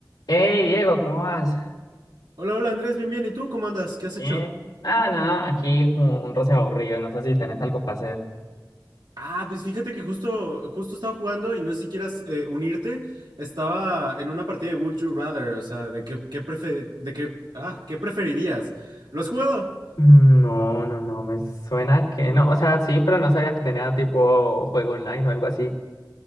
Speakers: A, on the left; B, on the right.
A: Hey Diego, ¿cómo vas?
B: Hola, hola Andrés, bien, bien. ¿Y tú cómo andas? ¿Qué has
A: Bien.
B: hecho?
A: Ah, nada, aquí como un roce aburrido, no sé si tenés algo para hacer.
B: Ah, pues fíjate que justo, justo estaba jugando y no sé si quieras eh, unirte. Estaba en una partida de Would You Rather, o sea, de qué, qué prefer- de qué, ah, ¿qué preferirías? ¿Lo has jugado?
A: Mm, No, no, no, me suena que no. O sea, sí, pero no sabía que tenía tipo juego online o algo así.